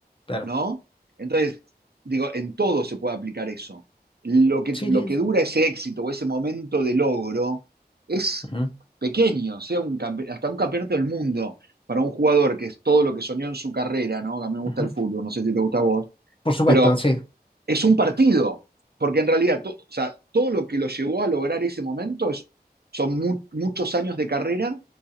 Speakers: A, on the left; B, on the right.
A: claro.
B: ¿no? Entonces, digo, en todo se puede aplicar eso. Lo que,
A: Sí,
B: lo
A: sí.
B: que dura ese éxito o ese momento de logro es
A: ujú,
B: pequeño, sea un campe- hasta un campeonato del mundo para un jugador que es todo lo que soñó en su carrera, ¿no? A mí me gusta
A: ujú,
B: el fútbol, no sé si te gusta a vos,
A: por supuesto,
B: pero
A: sí.
B: es un partido, porque en realidad to, o sea, todo lo que lo llevó a lograr ese momento es, son mu muchos años de carrera